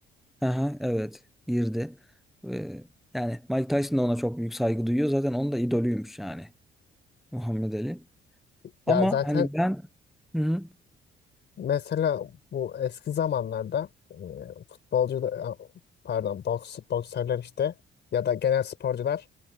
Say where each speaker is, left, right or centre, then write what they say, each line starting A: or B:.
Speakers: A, in the centre; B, on the left.
A: aha, evet girdi. E, yani Mike Tyson da ona çok büyük saygı duyuyor. Zaten onun da idolüymüş yani Muhammed Ali.
B: Ya
A: Ama
B: zaten
A: hani ben Hı hı.
B: Mesela bu eski zamanlarda e, futbolcu da- a, pardon boks, boksörler işte ya da genel sporcular